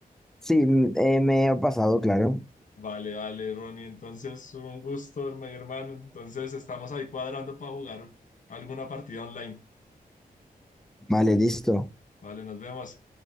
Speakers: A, in the centre; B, on the left.
A: Sí, m- eh, me ha pasado, claro.
B: Vale, vale, Ronnie. Entonces, un gusto, mi hermano. Entonces, estamos ahí cuadrando para jugar alguna partida online.
A: Vale, listo.
B: Vale, nos vemos.